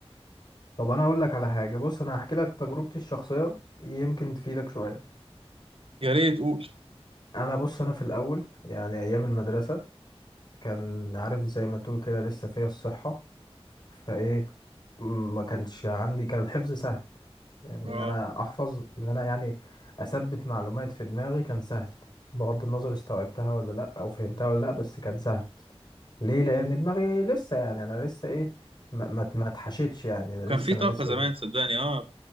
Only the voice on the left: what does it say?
طب انا اقول لك على حاجة بص انا هحكي لك تجربتي الشخصية يمكن تفيدك شوية
انا بص انا في الاول يعني ايام المدرسة كان عارف زي ما تقول كده لسه فيا الصحة فايه ما كانش عندي كان الحفظ سهل يعني
ان انا احفظ ان انا يعني اثبت معلومات في دماغي كان سهل بغض النظر استوعبتها ولا لا او فهمتها ولا لا بس كان سهل ليه لان دماغي لسه يعني انا لسه ايه ما ما ما اتحشتش يعني انا
لسه
انا لسه